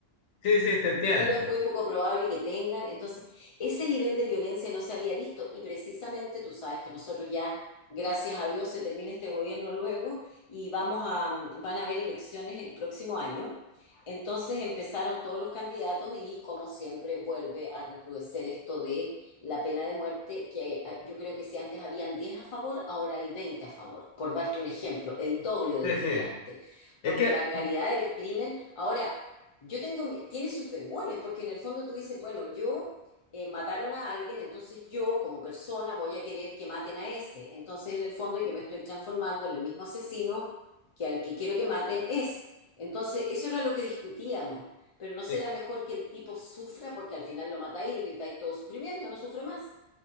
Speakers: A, on the left; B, on the left.
A: Sí, sí, te entiendo.
B: dinero es muy poco probable que tengan. Entonces, ese nivel de violencia no se había visto y precisamente tú sabes que nosotros ya, gracias a Dios, se termina este gobierno luego y vamos a, van a haber elecciones el próximo año. Entonces empezaron todos los candidatos y como siempre vuelve a recrudecer esto de la pena de muerte, que eh, yo creo que si antes habían 10 a favor, ahora hay 20 a favor, por darte un ejemplo, el doble de
A: Sí,
B: lo que
A: sí.
B: había antes, porque
A: Es que,
B: la calidad del crimen, ahora yo tengo, mi- tiene sus bemoles, porque en el fondo tú dices, bueno, yo eh, mataron a alguien, entonces yo como persona voy a querer que maten a ese. Entonces en el fondo yo me estoy transformando en el mismo asesino que al que quiero que maten es. Entonces eso era lo que discutíamos, pero ¿no será
A: es
B: mejor que el tipo sufra porque al final lo matáis y le gritáis todo sufrimiento, no sufre más?